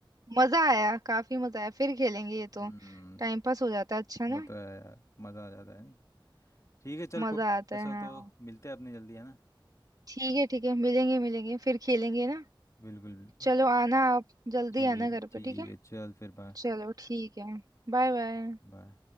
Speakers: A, on the right (about 45°); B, on the left (about 40°).
A: मजा आया काफी मजा आया फिर खेलेंगे ये
B: हम्म
A: तो टाइम पास हो जाता है अच्छा
B: वो
A: ना
B: तो है यार मज़ा आ जाता है नहीं ठीक है चल
A: मजा
B: कोई नहीं,
A: आता
B: ऐसा
A: है हाँ
B: तो मिलते हैं अपने जल्दी है ना
A: ठीक है ठीक है मिलेंगे मिलेंगे फिर खेलेंगे ना
B: बिल्कुल बिल्कुल
A: चलो आना आप जल्दी
B: ठीक
A: आना घर
B: है ठीक
A: पे ठीक है
B: है चल फिर बाय
A: चलो ठीक है बाय बाय
B: बाय